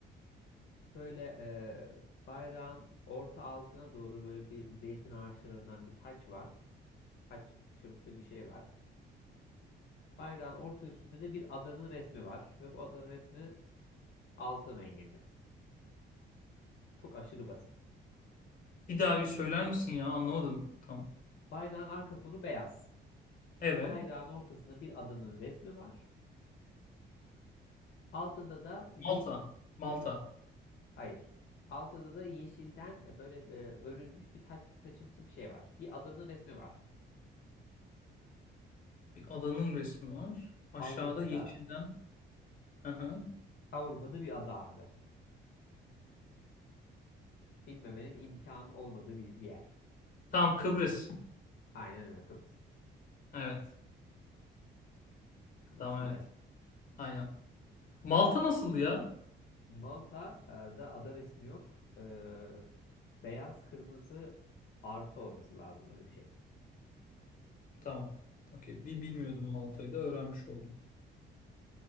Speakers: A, on the left; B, on the left.
A: Böyle e, bayrağın orta altına doğru böyle bir zeytin ağaçlarından bir taç var. Taç çımsı bir şey var. Bayrağın orta üstünde de bir adanın resmi var. Ve bu adanın resmi altın renginde. Çok aşırı basit.
B: Bir daha bir söyler misin ya? Anlamadım. Tamam.
A: Bayrağın arka fonu beyaz.
B: Evet.
A: Bayrağın ortasında bir adanın resmi var. Altında da yeşil,
B: Malta. Malta.
A: hayır. Altında da yeşilden e, böyle e, örülmüş bir taç, taçımsı bir şey var. Bir adanın resmi var.
B: Bir adanın resmi var. Aşağıda
A: Avrupa'da,
B: yeşilden. Hı hı.
A: Avrupa'da bir ada abi. bilmemenin imkanı olmadığı bir, bir yer.
B: Tamam Kıbrıs.
A: Aynen öyle Kıbrıs.
B: Evet.
A: Kıbrıs
B: Tamam
A: güzel.
B: evet. Aynen. Malta nasıldı ya?
A: Malta'da ada resmi yok. Ee, beyaz kırmızı artı olması lazım öyle bir şey.
B: Tamam. Okey. Bir bilmiyordum Malta'yı da öğrenmiş oldum.